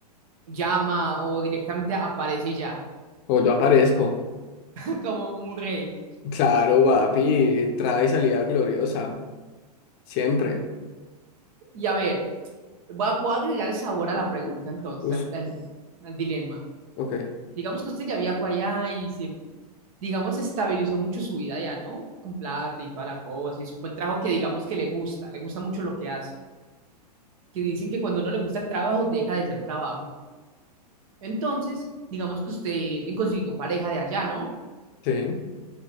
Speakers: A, on the right (about 55°); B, on the left (about 40°).
A: llama o directamente aparece y ya,
B: o yo aparezco.
A: <laughs> como, como un rey?
B: Claro, papi, entrada y salida gloriosa, siempre.
A: Y a ver, voy a, voy a agregar el sabor a
B: U-
A: la pregunta
B: u-
A: entonces,
B: us-
A: al, al- al dilema.
B: ok,
A: Digamos que usted ya viajó allá y se digamos, estabilizó mucho su vida ya, ¿no? Con plata y toda la cosa, hizo un buen trabajo que digamos que le gusta, le gusta mucho lo que hace, que dicen que cuando no le gusta el trabajo, deja de ser trabajo. Entonces, digamos que usted consiguió pareja de allá, ¿no?
B: sí,